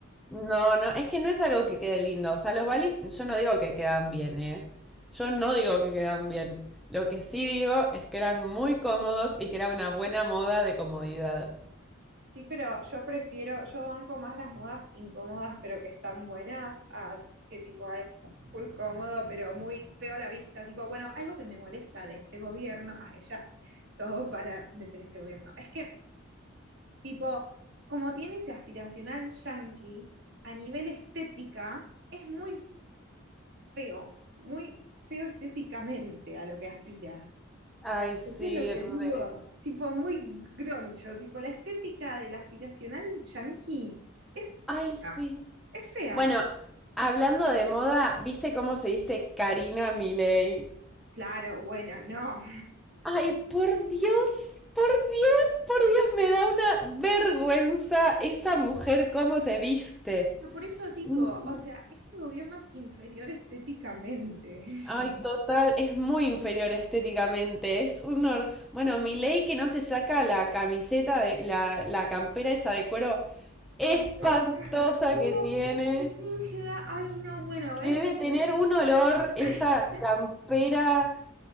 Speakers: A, in the centre; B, on the right.
A: No, no, es que no es algo que quede lindo. O sea, los balis, yo no digo que quedan bien, ¿eh? Yo no digo que quedan bien. Lo que sí digo es que eran muy cómodos y que era una buena moda de comodidad.
B: Sí, pero yo prefiero, yo banco más las modas incómodas, pero que están buenas, a que tipo algo full cómodo, pero muy feo a la vista. Tipo, bueno, algo que me molesta de este gobierno, a ella, todo para meter este gobierno. Es que, tipo, como tiene ese aspiracional yanqui a nivel estética, es muy feo, muy feo estéticamente a lo que aspira.
A: Ay, sí,
B: Eso es lo que
A: re.
B: digo, tipo muy groncho, tipo la estética del aspiracional yanqui es
A: Ay,
B: fea,
A: sí.
B: es fea.
A: Bueno, hablando de moda, ¿viste cómo se viste Karina Milei?
B: Claro, bueno, no.
A: Ay, por Dios, por Dios, por Dios, me da una vergüenza esa mujer cómo se viste.
B: Pero por eso digo,
A: Mm,
B: o sea, este gobierno es inferior estéticamente. <laughs>
A: Ay, total, es muy inferior estéticamente, es un hor- Bueno, Milei que no se saca la camiseta de la, la campera esa de cuero espantosa
B: Ay, no, qué asco,
A: que tiene,
B: qué cringe da. Ay, no, bueno,
A: que
B: ¿ves?
A: debe tener un olor esa
B: <laughs>
A: campera.